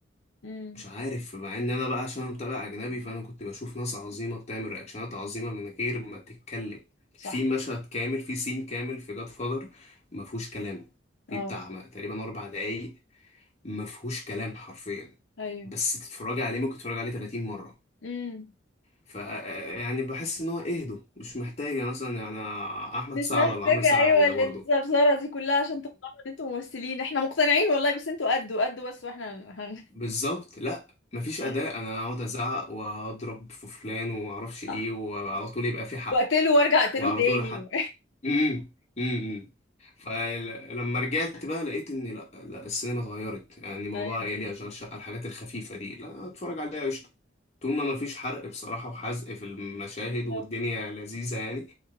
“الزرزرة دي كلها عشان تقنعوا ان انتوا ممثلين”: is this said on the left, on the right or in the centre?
Left